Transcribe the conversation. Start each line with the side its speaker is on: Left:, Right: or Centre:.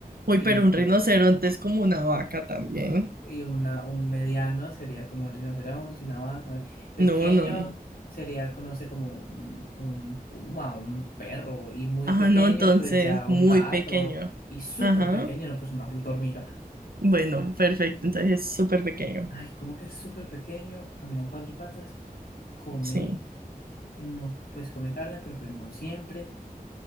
Right: uy,
Left: y,
Right: pero un
Left: pe-
Right: rinoceronte es como una vaca también.
Left: y una, un mediano sería como un rinoceronte, una vaca. Pequeño
Right: No, no, no.
Left: sería, no sé, como un, un puma, un perro. Y muy
Right: ah
Left: pequeño,
Right: no, entonces
Left: pues ya un
Right: muy
Left: gato.
Right: pequeño.
Left: Y súper
Right: Ajá.
Left: pequeño, no, pues una puta hormiga.
Right: Bueno, perfecto. Entonces es súper pequeño.
Left: Ay, cómo que es súper pequeño, camina en cuatro patas, come,
Right: Sí.
Left: eh, no, pues come carne, pero pues no siempre.